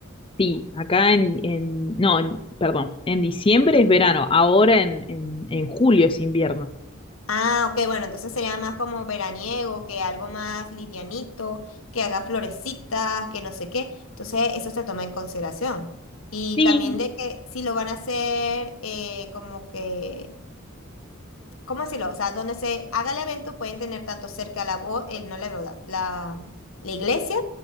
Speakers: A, on the left (about 25°); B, on the left (about 85°).
A: Sí, acá en, en- no, en- perdón, en diciembre es verano, ahora en, en, en julio es invierno.
B: Ah, ok, bueno, entonces sería más como veraniego, que algo más livianito, que haga florecitas, que no sé qué. Entonces eso se toma en consideración. Y
A: Sí,
B: también de que si lo van a hacer eh, como que... ¿cómo decirlo? O sea, donde se haga el evento pueden tener tanto cerca la bo- el, no la boda, la, la iglesia,